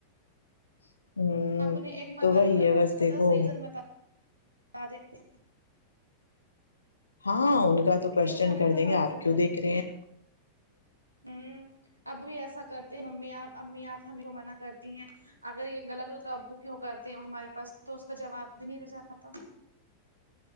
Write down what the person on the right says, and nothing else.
آپ انہیں ایک ماہ
کرو
گے
وہ
اس کا
دس ریزن بتا دیتے ہے
لیکن
ہمیں
تو ہمارا
فرد
ہوں اب بھی ایسا کرتے ممی آپ امی آپ ہمیں کیوں منع کرتی ہیں اگر یہ غلط ہو تو ابو کیوں کرتے ہیں ہمارے پاس تو اس کا جواب بھی نہیں رہ جاتا